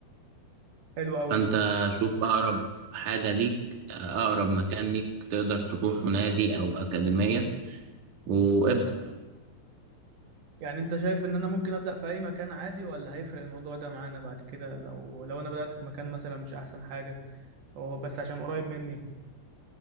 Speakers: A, on the right; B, on the right.
A: حلو أوي
B: فأنت شوف أقرب حاجة ليك آه، أقرب مكان ليك تقدر تروح نادي أو أكاديمية وابدأ
A: يعني انت شايف ان انا ممكن ابدا في اي مكان عادي ولا هيفرق الموضوع ده معانا بعد كده لو لو انا بدات في مكان مثلا مش احسن حاجه هو بس عشان قريب مني